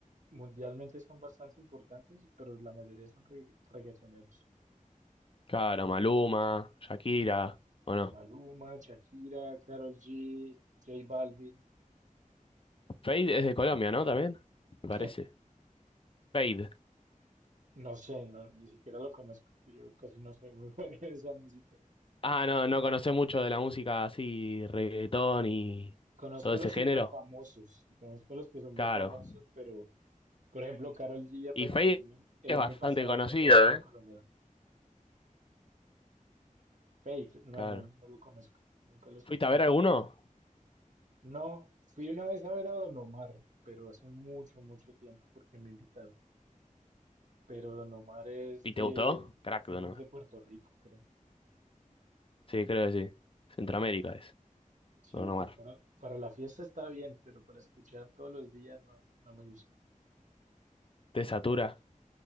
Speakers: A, on the right; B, on the left.
A: mundialmente son bastante importantes, pero la mayoría son regga- reggaetoneros.
B: Claro, Maluma, Shakira, ¿o no?
A: Maluma, Shakira, Karol G, J Balvin.
B: Fade es de Colombia, ¿no? También, me parece.
A: ¿Quién?
B: Fade.
A: No sé, no, ni siquiera lo conozco. Yo casi no soy muy <laughs> bueno en esa música.
B: Ah, no, no conoce mucho de la música así, reggaetón y
A: Conozco
B: todo
A: a
B: ese
A: los
B: género.
A: super famosos, conozco a los que son muy
B: Claro.
A: famosos, pero por ejemplo, Karol G apenas
B: Y Fade
A: el año, el
B: es bastante
A: año pasado
B: conocido,
A: me enteré que era
B: ¿eh?
A: colombiana. Fate, no,
B: Claro.
A: no, no lo conozco, nunca lo he escuchado.
B: ¿Fuiste a ver alguno?
A: No, fui una vez a ver a Don Omar, pero hace mucho, mucho tiempo porque me invitaron. Pero Don Omar es
B: ¿Y
A: de,
B: te gustó? Crack,
A: creo
B: Don
A: que
B: Omar.
A: es de Puerto Rico, creo.
B: Sí, creo que sí. Centroamérica es,
A: Sí,
B: Don Omar.
A: pues para, para la fiesta está bien, pero para escuchar todos los días no, no me gusta.
B: ¿Te satura?